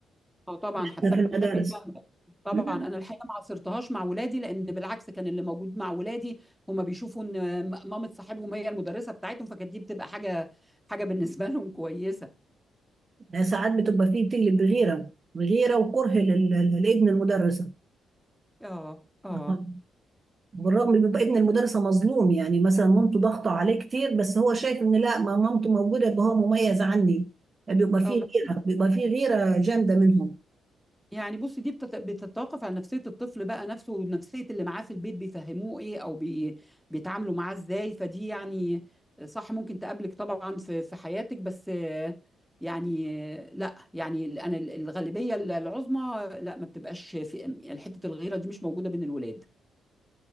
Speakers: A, in the centre; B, on the right.
A: اه طبعا هتسبب
B: لأولادنا
A: مشاكل
B: في
A: جامده طبعا
B: المدارس
A: انا الحقيقه ما عصرتهاش مع ولادي لان بالعكس كان اللي موجود مع ولادي هما بيشوفوا ان آه، م- مامة صاحبهم هي المدرسه بتاعتهم فكانت دي بتبقى حاجه حاجه بالنسبه لهم كويسه
B: ده ساعات بتبقى فيه بتقلب بغيرة بغيرة وكره لل- لل- لابن المدرسة
A: اه اه
B: آه. بالرغم بيبقى ابن المدرسة مظلوم يعني مثلا مامته ضاغطة عليه كتير بس هو شايف ان لا ما مامته موجودة يبقى هو مميز عني بيبقى
A: اه
B: فيه
A: ما-
B: غيرة
A: في-
B: بيبقى فيه غيرة جامدة منهم
A: يعني بصي دي بتت- بتتوقف على نفسية الطفل بقى نفسه ونفسية اللي معاه في البيت بيفهموه ايه او بي بيتعاملوا معاه ازاي فدي يعني صح ممكن تقابلك طبعا في في حياتك بس آه، يعني آه، لا يعني انا ال- الغالبية ال- العظمى لا ما بتبقاش في حتة الغيرة دي مش موجودة بين الولاد